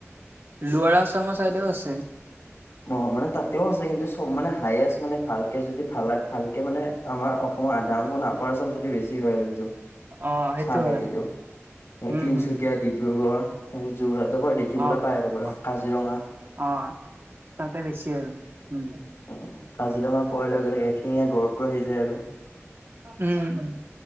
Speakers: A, on the right (about 50°); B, on the left (about 65°).
A: লোৱাৰা আসামৰ চাইডেও আছে।
B: অ' মানে তাতেও আছে কিন্তু চব মানে হায়েষ্ট মানে ভাল ভালকে যদি ভাল ভালকে মানে আমাৰ অসমৰ আধা অংশ আপাৰ আসাম ছাইডে বেছি হয় আৰু এইটো।
A: অ সেইটো
B: চাহ খেতিটো
A: হয় উম
B: তিনচুকীয়া,
A: হম
B: ডিব্ৰুগড় সেই যোৰহাটৰ পৰা দেখিবলৈ
A: অ
B: পাই আৰু পুৰা
A: অ
B: কাজিৰঙা।
A: অ তাতে বেছি আৰু উম্।
B: উম্ কাজিৰঙা কোৱাৰ লগে লগে এশিঙীয়া গঁড়টো আহি যায় আৰু।
A: উম্, উম্।